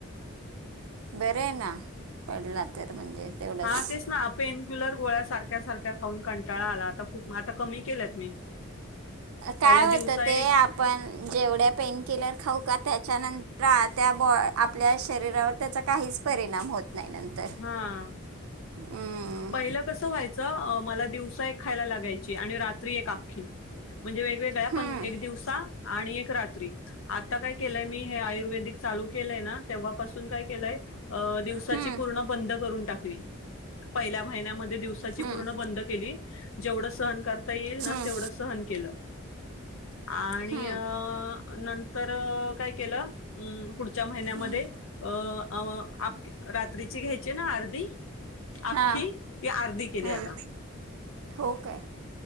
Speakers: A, on the right; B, on the left.
A: बरंय ना, पडला तर म्हणजे तेवढंच
B: हा तेच ना पेनक्युलर गोळ्यासार ख्या सारख्या खाऊन कंटाळा आला, आता खूप, आता कमी केलंत मी
A: काय
B: पहिला
A: होतं
B: दिवसा
A: ते
B: एक
A: आपण जेवढ्या पेनकिलर खाऊ का त्याच्यानंतर त्या बुवा आपल्या शरीरावर त्याचा काहीच परिणाम होत नाही. नंतर
B: हा,
A: हम्म.
B: पहिलं कसं व्हायचं अ मला दिवसा एक खायला लागायची आणि रात्री एक आख्खी. म्हणजे वेगवेगळ्या पणं
A: हम्म.
B: एक दिवसा आणि एक एक रात्री, आता काय केलय मी हे आयुर्वेदिक चालू केलंय ना, तेव्हापासून काय केलंय अ दिवसाची
A: हम्म.
B: पूर्ण बंद करून टाकली, पहिल्या महिन्यामध्ये दिवसाची
A: हम्म.
B: पूर्ण बंद केली जेवढं सहन कर ता येईल ना
A: हम्म.
B: तेवढं सहन केलं. आणि
A: हम्म.
B: अं नंतर काय केलं पुढच्या महिन्यामध्ये
A: हम्म.
B: अ अ <unintelligible> ती जीं घ्यायचे ना अर्धी आख्खी
A: हा
B: ती आर्धी केली
A: हम्म.
B: आत्ता.
A: हो काय?